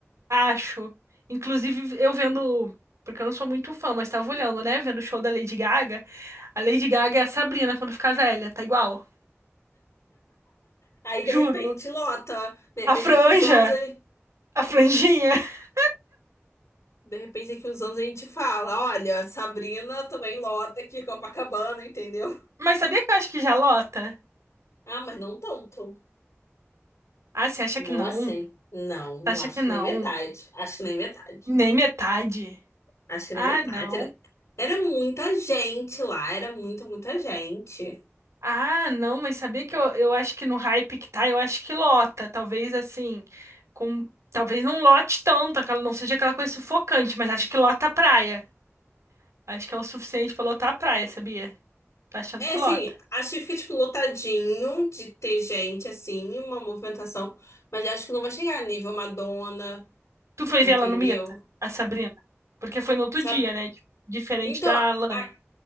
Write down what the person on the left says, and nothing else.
Aí,
de repente, lota. De repente,
daqui uns anos, aí-
de repente, daqui uns anos a gente fala: olha, Sabrina também lota aqui, Copacabana, entendeu?
Ah, mas não tanto.
Não
assim. Não, não
acho
que
nem metade. Acho que nem metade.
Acho que é
nem metade.
Era, era muita gente lá, era muita, muita gente.
É,
assim,
acho que fica, tipo, lotadinho de ter gente, assim, uma movimentação. Mas acho que não vai chegar a nível Madonna,
entendeu?
Sabe?
Então,
a-